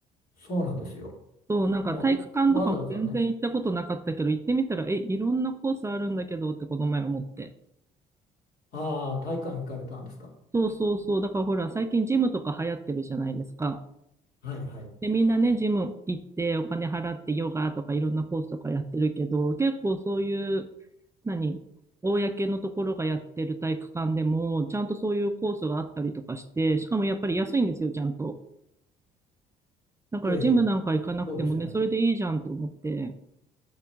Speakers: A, on the left; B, on the right.
A: そうなんですよ。
B: そう、なんか体育館とかも全然行ったことなかったけど、
A: もうおわざわざね、
B: 行ってみたら、え、いろんなコースあるんだけどってこの前思って。
A: ああ、体育館行かれたんですか。
B: そうそうそう。だからほら、最近ジムとか流行ってるじゃないですか。
A: はいはい。
B: で、みんなね、ジム行ってお金払ってヨガとかいろんなコースとかやってるけど、結構そういう、何公のところがやってる体育館でも、ちゃんとそういうコースがあったりとかして、しかもやっぱり安いんですよ、ちゃんと。だからジムなんか行かなくてもね、
A: ええ、そうですよね。
B: それでいいじゃんと思って、